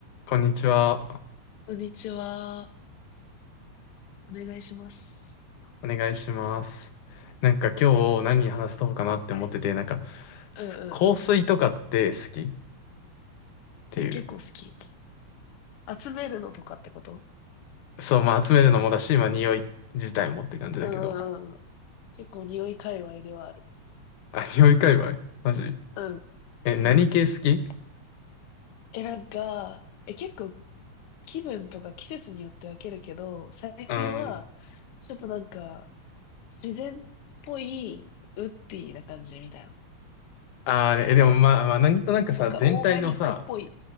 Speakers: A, on the left (about 85°); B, on the left (about 65°).
A: こんにちは。
B: こんにちは。お願いします。
A: お願いします。なんか今日何話したうかなって思ってて、
B: はい。
A: なんか
B: うんうんうん。
A: す香水とかって好きっていう。
B: え、結構好き。集めるのとかってこと
A: そう、まあ集めるのもだし、まあ匂い自体もって感じだけど。
B: うんうんうんうん。結構匂い界隈ではある。
A: あ、匂い界隈マジ
B: うん
A: え、何系好き
B: うん。え、なんか、え、結構気分とか季節によって分けるけど、最近は、
A: うん。
B: ちょっとなんか、自然っぽい、ウッディな感じみたいな。
A: ああえ、でもまあ、まあ、なんとなくさ、
B: なんか、
A: 全体のさ、
B: オーガニックっぽい。